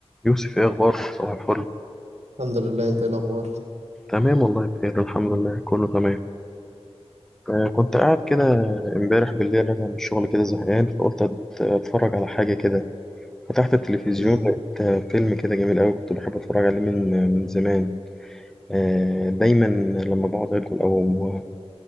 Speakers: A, in the centre; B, on the right (about 85°).
A: يوسف ايه اخبارك صباح الفل
B: الحمد لله انت ايه الاخبار
A: تمام والله بخير الحمد لله كله تمام آه كنت قاعد كده امبارح بالليل راجع من الشغل كده زهقان فقلت أت- اتفرج على حاجه كده فتحت التلفزيون
B: امم
A: لقيت آه، فيلم كده جميل قوي كنت بحب اتفرج عليه من آه، من زمان آه دايما لما بقعد اكل او